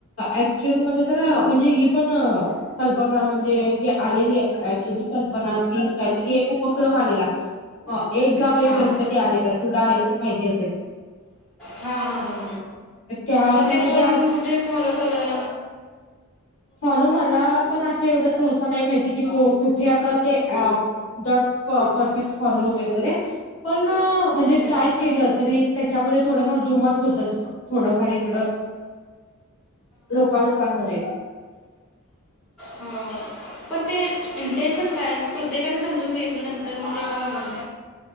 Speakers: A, on the left (about 60°); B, in the centre.
A: ऍक्च्युअल मध्ये तर. म्हणजे ही पण कल्पना म्हणजे ही आलेली ऍक्च्युली कल्पना पण की काहीतरी एक उपक्रम आलेला अ एक गाव एक
B: हां
A: गणपती आलेला. तुला ऐकून माहिती असेल.
B: हा हा हा
A: तर त्याच्यामध्ये
B: पण ते कोण कुठे फॉलो करल.
A: फॉलो मला पण असं एवढंच. सहसा नाही माहिती की तो कुठे आता ते अ. दत प परफेक्ट फॉलो होतय वगैरे पण म्हणजे
B: हम्म.
A: ट्राय केलं तरी. त्याच्यामध्ये थोडंफार दुमत होतच थोडंफार एक. इकड लोका लोकांमध्ये.
B: हा पण ते. इंटेन्शन काय असते प्रत्येकाने समजून घेतलं नंतर मध्ये काय म्हण